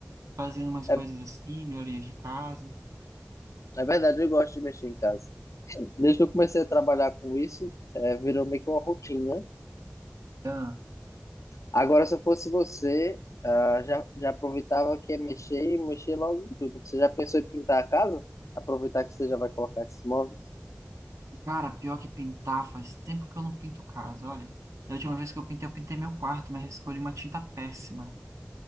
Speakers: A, on the right; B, on the left.
A: Fazendo umas
B: É,
A: coisas assim, melhorias de casa.
B: é verdade, eu gosto de mexer em casa. Desde que eu comecei a trabalhar com isso, é, virou meio que uma rotina.
A: Ah,
B: Agora, se eu fosse você, ah, já, já aproveitava que é mexer e mexer logo em tudo. Você já pensou em pintar a casa? Aproveitar que você já vai colocar esses móveis.
A: Cara, pior que pintar, faz tempo que eu não pinto casa, olha. Da última vez que eu pintei, eu pintei meu quarto, mas escolhi uma tinta péssima.